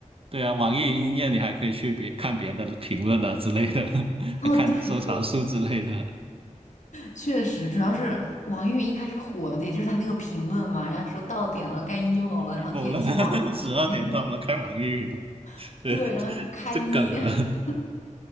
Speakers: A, on the right; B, on the left.
A: 对啊，网易云音乐你还可以去别看别的评论啊之类的，<laughs> 还看收藏数之类的。
B: 哦，对对，确实，主要是网易云一开始火的，也就是他那个评论嘛，人家说到点了，该 emo 了，
A: emo
B: 然后点击网易云，
A: 了，<laughs> 十二点到了，开网易云了，
B: <laughs>
A: 对，
B: 对，然后就开一。
A: 这梗了。
B: <laughs>
A: <laughs>